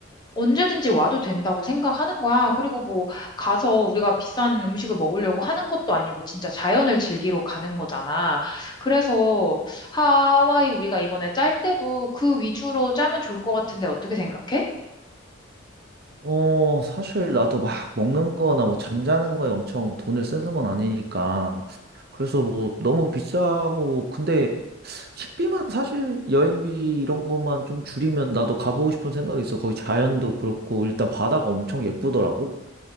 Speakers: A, on the left; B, on the right.
A: 언제든지 와도 된다고 생각하는 거야. 그리고 뭐 가서 우리가 비싼 음식을 먹으려고 하는 것도 아니고 진짜 자연을 즐기러 가는 거잖아. 그래서 하와이 우리가 이번에 짤 때도 그 위주로 짜면 좋을 것 같은데 어떻게 생각해?
B: 어, 사실 나도 막 먹는 거나 뭐 잠자는 거에 엄청 돈을 쓰는 건 아니니까. 그래서 뭐 너무 비싸고, 근데 식비만 사실 여행비 이런 것만 좀 줄이면 나도 가보고 싶은 생각이 있어. 거기 자연도 그렇고, 일단 바다가 엄청 예쁘더라고.